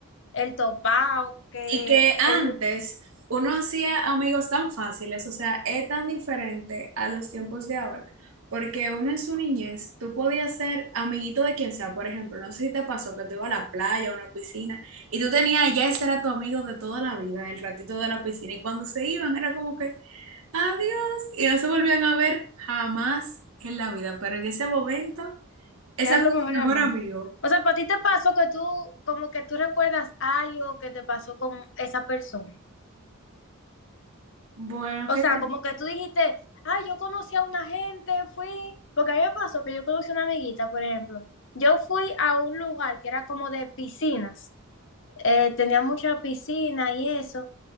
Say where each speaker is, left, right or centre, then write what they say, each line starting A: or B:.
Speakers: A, on the left; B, on the right.
A: el topado, que
B: Y que antes
A: el
B: uno hacía amigos tan fáciles, o sea, es tan diferente a los tiempos de ahora, porque uno en su niñez, tú podías ser amiguito de quien sea, por ejemplo, no sé si te pasó que tú ibas a la playa o a una piscina y tú tenías, ya ese era tu amigo de toda la vida, el ratito de la piscina, y cuando se iban era como que... adiós. Y no se volvían a ver jamás en la vida, pero en ese momento, ese
A: Eran
B: fue
A: los
B: su
A: mejores
B: mejor
A: amigos.
B: amigo.
A: O sea, ¿para ti te pasó que tú, como que tú recuerdas algo que te pasó con esa persona?
B: Bueno,
A: O
B: ¿qué
A: sea,
B: te...
A: como que tú dijiste, ah, yo conocí a una gente, fui, porque a mí me pasó que yo conocí a una amiguita, por ejemplo. Yo fui a un lugar que era como de piscinas, eh, tenía mucha piscina y eso,